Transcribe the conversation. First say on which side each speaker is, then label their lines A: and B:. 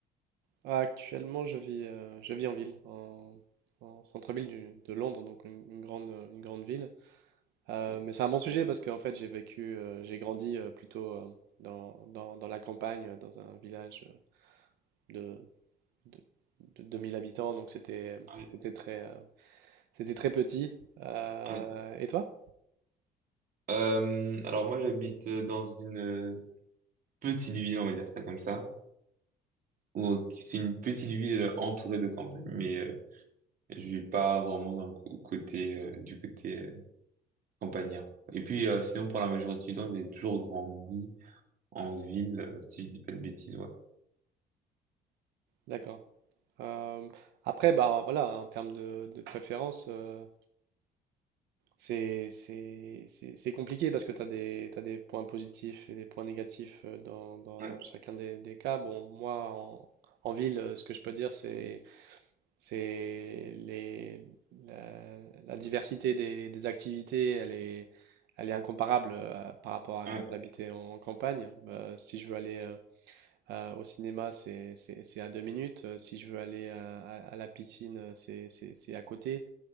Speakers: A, on the right (about 80°); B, on the right (about 55°).
A: Ah, Actuellement, je vis, euh, je vis en ville, en, en centre-ville du- de Londres, donc une, une grande, euh, une grande ville. Euh,
B: Ouais,
A: mais c'est un bon sujet parce qu'en fait, j'ai vécu, euh, j'ai grandi euh, plutôt euh, dans, dans, dans la campagne, euh, dans un village euh, de, de, de 2000 habitants, donc c'était,
B: ouais,
A: c'était très, euh, c'était très petit. Euh,
B: ouais.
A: et toi?
B: Euh, alors moi, j'habite euh, dans une euh, petite ville, on va dire ça comme ça, où c'est une petite ville entourée de campagne, mais euh, je vis pas vraiment dans le cô- côté euh, du côté euh, campagnard. Et puis euh, sinon, pour la majorité du temps, j'ai toujours grandi en ville, euh, si je dis pas de bêtises, ouais.
A: D'accord. Euh, après, bah voilà, en termes de, de préférence. euh, C'est c'est- c'est- c'est compliqué parce que tu as des, t'as des points positifs et des points négatifs euh, dans, dans-
B: Ouais,
A: dans chacun des, des cas. Bon, moi, en, en ville, euh, ce que je peux dire, c'est c'est les- la, la diversité des, des activités, elle est, elle est incomparable euh, par rapport à
B: ouais,
A: quand j'habitais en campagne. Euh, si je veux aller euh, à- au cinéma, c'est c'est- c'est à deux minutes. Euh, Si je veux aller à, à- à la piscine, euh, c'est c'est- c'est à côté.